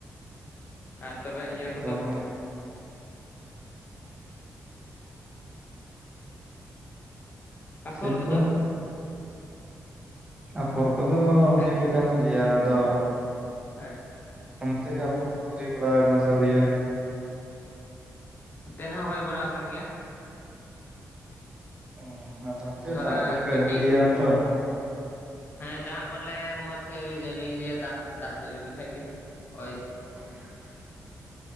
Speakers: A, on the left (about 40°); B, on the right (about 15°).
A: ᱟᱨ ᱛᱚᱵᱮ ᱤᱭᱟᱹ
B: ᱟᱫᱚ
A: ᱠᱚᱫᱚ
B: ᱦᱚᱸᱜᱼᱚᱭ
A: ᱟᱯᱷᱚᱨ
B: ᱥᱤᱵ
A: ᱠᱚᱫᱚ
B: ᱠᱚ ᱟᱯᱷᱚᱨ ᱠᱚᱫᱚ
A: ᱟᱨ
B: ᱦᱳᱭ ᱠᱟᱱ ᱜᱮᱭᱟ ᱟᱫᱚ
A: ᱦᱮᱸ
B: ᱚᱱᱛᱮ ᱜᱮ ᱟᱯᱷᱚᱨ ᱠᱚ ᱦᱩᱭ ᱵᱟᱲᱟ ᱠᱟᱱᱟ ᱥᱮ ᱟᱣᱨᱤᱭᱟ?
A: ᱮᱱ ᱛᱮ ᱦᱚᱸ ᱦᱳᱭ ᱵᱟᱲᱟᱣ ᱠᱟᱱ ᱜᱮᱭᱟ᱾
B: ᱚ ᱟᱫᱚ ᱦᱟᱯᱮ
A: ᱛᱷᱚᱲᱟ
B: ᱫᱟᱜ ᱠᱚᱜᱮ
A: ᱠᱟᱹᱴᱤᱡ
B: ᱟᱣᱨᱤᱭᱟ ᱛᱚ᱾
A: ᱦᱮᱸ ᱫᱟᱜ ᱢᱟᱱᱮ ᱢᱚᱸᱡᱽ ᱛᱮ ᱟᱹᱣᱨᱤ ᱡᱟᱹᱲᱤᱭ ᱫᱟᱜ ᱫᱟᱜ ᱡᱟᱹᱲᱤ ᱞᱮᱠᱷᱟᱡ ᱜᱮ ᱳᱭ
B: <inaudible>